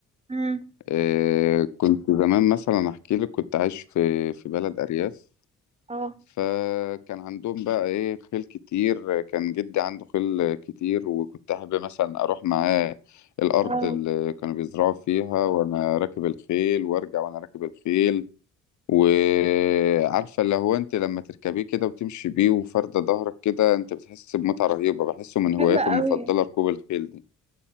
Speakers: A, on the right (about 20°); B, on the left (about 70°).
A: امم
B: إيه كنت زمان مثلا احكي لك كنت عايش في في بلد ارياف
A: اه
B: فكان عندهم بقى ايه خيل كتير كان جدي عنده خيل كتير وكنت احب مثلا اروح معاه الارض
A: واو
B: اللي كانوا بيزرعوا فيها وانا راكب الخيل وارجع وانا راكب الخيل وعارفة اللي هو انت لما تركبيه كده وتمشي بيه وفردة ظهرك كده انت بتحس بمتعة رهيبة بحسه من هواياتي
A: حلوة قوي
B: المفضلة ركوب الخيل دي